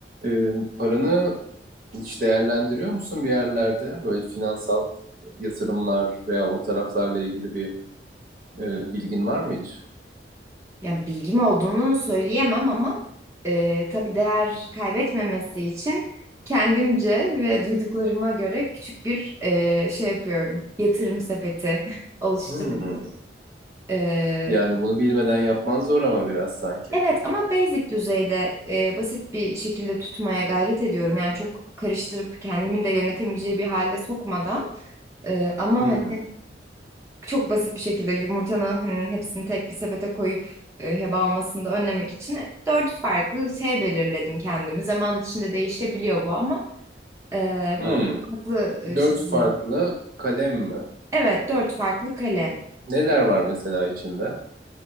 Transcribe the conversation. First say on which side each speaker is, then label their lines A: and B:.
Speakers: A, on the right; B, on the right.
A: Ee, paranı hiç değerlendiriyor musun bir yerlerde? Böyle finansal yatırımlar veya o taraflarla ilgili bir e, bilgin var mı hiç?
B: Yani bilgim olduğunu söyleyemem ama e, tabii değer kaybetmemesi için kendimce ve duyduklarıma göre küçük bir e, şey yapıyorum. Yatırım sepeti <laughs> oluşturuyorum.
A: Hmm.
B: E,
A: Yani bunu bilmeden yapman zor ama biraz sanki.
B: evet ama basic düzeyde e, basit bir şekilde tutmaya gayret ediyorum. Yani çok karıştırıp kendimin de yönetemeyeceği bir hale sokmadan. E, ama
A: Hı hı.
B: hani çok basit bir şekilde yumurtanın hani hepsini tek bir sepete koyup e, heba olmasını da önlemek için e, dört farklı şey belirledim kendimi. Zaman içinde değişebiliyor bu ama e,
A: Hmm.
B: böyle farklı e,
A: Dört
B: şeyleri.
A: farklı kalem mi?
B: Evet, dört farklı kalem.
A: Neler var mesela içinde?